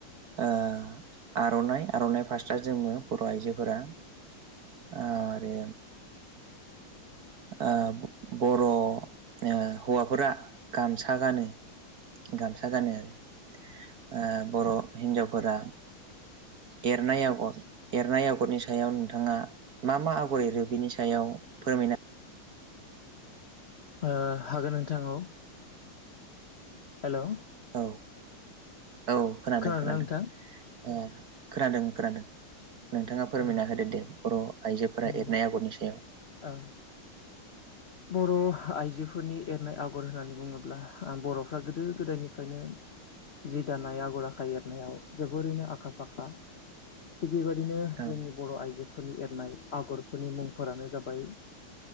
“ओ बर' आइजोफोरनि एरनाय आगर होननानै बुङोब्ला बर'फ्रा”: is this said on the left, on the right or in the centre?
Left